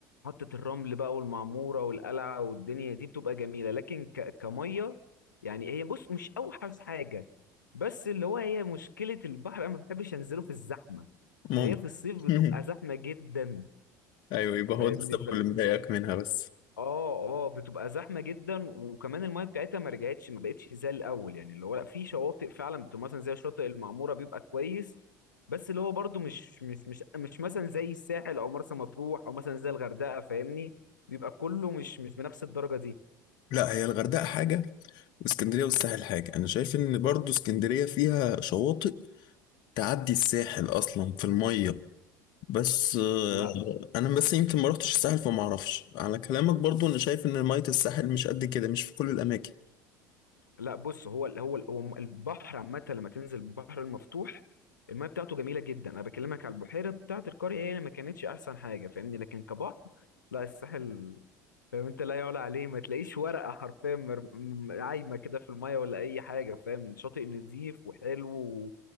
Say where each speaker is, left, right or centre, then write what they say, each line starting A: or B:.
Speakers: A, on the left (about 80°); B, on the left (about 50°).
A: محطة الرمل بقى والمعمورة والقلعة والدنيا دي بتبقى جميلة لكن ك... كمية يعني هي بص مش اوحش حاجة بس اللي هو هي مشكلة البحر انا ما بحبش انزله في الزحمة
B: ممكن
A: فهي في الصيف
B: <laughs>
A: بتبقى زحمة جدا
B: ايوه يبقى هو
A: فاهمني
B: ده السبب اللي مضايقك منها بس
A: اه اه بتبقى زحمه جدا وكمان المايه بتاعتها ما رجعتش ما بقتش زي الاول يعني اللي هو لا في شواطئ فعلا بتبقى مثلا زي شاطئ المعموره بيبقى كويس بس اللي هو برضو مش مش مش مش مثلا زي الساحل او مرسى مطروح او مثلا زي الغردقه فاهمني بيبقى كله مش مش بنفس الدرجه دي
B: لا هي الغردقة حاجة اسكندريه والساحل حاجه انا شايف ان برضو اسكندريه فيها شواطئ تعدي الساحل اصلا في الميه بس آه،
A: لا
B: انا بس يمكن ما رحتش الساحل فما اعرفش على كلامك برضو انا شايف ان ميه الساحل مش قد كده مش في كل الاماكن
A: لا بص هو ال- هو ال- هو البحر عامة لما تنزل البحر المفتوح الميه بتاعته جميلة جدا انا بكلمك على البحيرة بتاعة القرية هي اللي ما كانتش احسن حاجة فاهمني لكن كبحر لا الساحل فاهم انت لا يعلى عليه ما تلاقيش ورقة حرفيا مر- م- عايمة كده في الميه ولا اي حاجة فاهم شاطئ نظيف وحلو و...